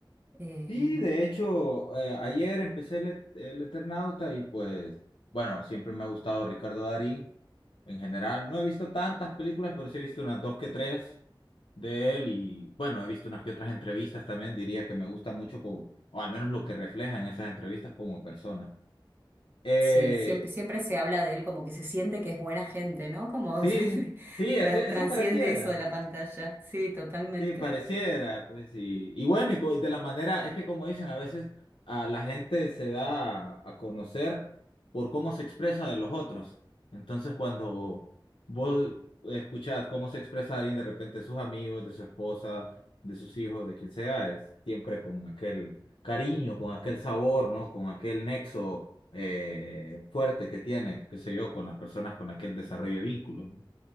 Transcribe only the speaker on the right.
Eh,
Sí, siempre, siempre se habla de él como que se siente que es buena gente, ¿no? Como
<laughs>
tra-
transciende
eso de la pantalla. Sí, totalmente.